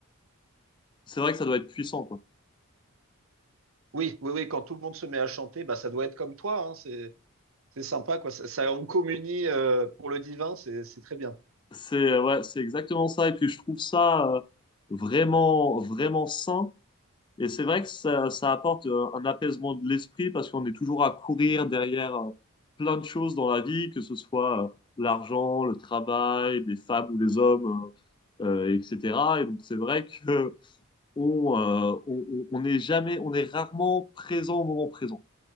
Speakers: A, on the left; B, on the right.
A: c'est vrai que ça doit être puissant quoi.
B: Oui, oui, oui, quand tout le monde se met à chanter, bah, ça doit être comme toi, hein, c'est, c'est sympa, quoi. Ça, ça- on communie euh, pour le divin, c'est, c'est très bien.
A: C'est euh, ouais, c'est exactement ça. Et puis je trouve ça euh, vraiment, vraiment sain. Et c'est vrai que ça, ça apporte euh, un apaisement de l'esprit parce qu'on est toujours à courir derrière euh, plein de choses dans la vie, que ce soit euh, l'argent, le travail, les femmes ou les hommes, euh, euh, etc. Et donc c'est vrai que on, euh, on, on on est jamais, on est rarement présent au moment présent.